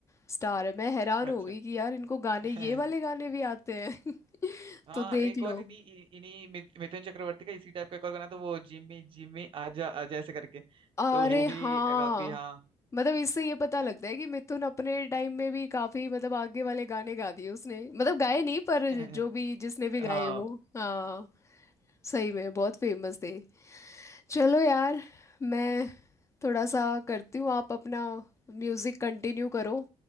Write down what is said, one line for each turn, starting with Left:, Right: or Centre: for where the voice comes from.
Left: स्टार है मैं हैरान हो
Right: अच्छा
Left: गई कि यार इनको गाने
Right: <laughs>
Left: ये वाले गाने भी आते हैं <laughs>
Right: हाँ
Left: तो देख
Right: एक
Left: लो
Right: और इन्हीं इन्हीं मिथ- मिथुन चक्रवर्ती का इसी टाइप का एक और गाना था वो जिम्मी जिम्मी आजा आजा ऐसे करके
Left: अरे
Right: तो वो <laughs>
Left: हाँ
Right: भी काफी हाँ
Left: मतलब इससे ये पता लगता है कि मिथुन अपने टाइम में भी काफी मतलब आगे वाले गाने गा दिए उसने मतलब गाए नहीं पर
Right: <laughs>
Left: जो भी जिसने भी
Right: हाँ
Left: गाए वो हाँ सही में बहुत फेमस थे चलो यार मैं थोड़ा सा करती हूँ आप अपना म्यूजिक कंटिन्यू करो